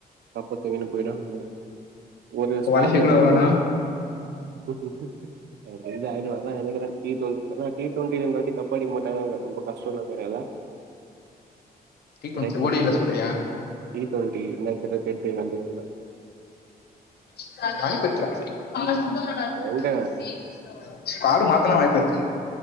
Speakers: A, on the right; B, on the left.
A: கப்பத்தூக்கின்னு போயிடுவாங்க ஒரு
B: குவாலிஃபை
A: ஸ்கார்ல
B: கூட
A: இருந்த
B: அவ்வளோனா
A: ஒரு க்கு க்க்க்கு எனக்கு தெரிஞ்சு ஆயிடுவான்னு தா நெனைக்கிறே டி அதா டி டெவெண்ட்டி கப்படிக்க மாட்டாங்க ரொம்ப கஷ்டோ தான்றாங்க என்னடா
B: டி டுவெண்ட்டி
A: ரெண்டாயிறத்து இருபத்து
B: ஓடியில்
A: எட்டுல
B: சொல்றியா
A: டி டுவெண்டி ரெண்டாயிரத்து இருபத்தெட்டு அந்த கப்ல
B: <unintelligible> <unintelligible>
A: எங்க
B: மாத்துனா வாய்ப்பு இருக்கு